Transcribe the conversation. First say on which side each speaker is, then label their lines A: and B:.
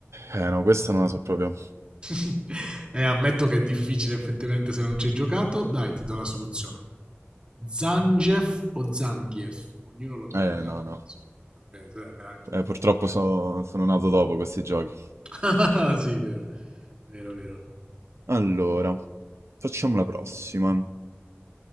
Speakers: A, on the right; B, on the right.
A: eh, no, questa non la so proprio.
B: <laughs> e ammetto che è difficile effettivamente se non ci hai giocato. Dai, ti do la soluzione. Zangief o Zangief? Ognuno lo,
A: Eh,
B: lo chiama
A: no,
B: a
A: no.
B: modo suo. Ok, sì, è veramente difficile.
A: Eh, purtroppo so- sono nato dopo questi giochi.
B: <laughs> Ah, sì, vero, vero, vero.
A: Allora, facciamo la prossima.